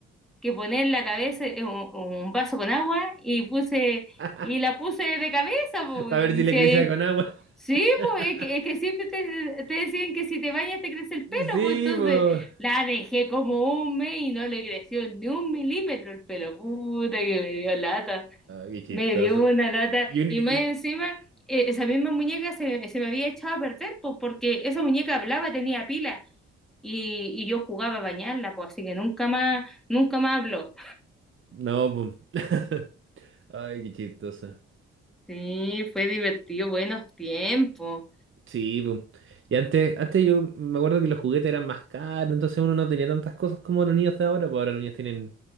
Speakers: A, in the centre; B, on the right.
A: que poner la cabeza en un, un vaso con agua y puse,
B: <laughs>
A: y la puse de cabeza, pues.
B: Para ver si le
A: Sí,
B: crecía con agua.
A: sí,
B: <laughs>
A: pues, es que, es que siempre te, te decían que si te bañas te crece el pelo,
B: Sí,
A: pues entonces
B: pues.
A: la dejé como un mes y no le creció ni un milímetro el pelo. Puta que me dio lata.
B: qué chistoso.
A: Me dio una lata
B: Y un-
A: y
B: y-
A: más
B: y-
A: encima eh, esa misma muñeca se, se me había echado a perder pues, porque esa muñeca hablaba, tenía pila y, y yo jugaba a bañarla, pues así que nunca más, nunca más habló.
B: no, pues. <laughs> Ay, qué chistoso.
A: Sí, fue divertido, buenos tiempos.
B: Sí, pues. Y antes, antes yo me acuerdo que los juguetes eran más caros, entonces uno no tenía tantas cosas como los niños de ahora, pues ahora los niños tienen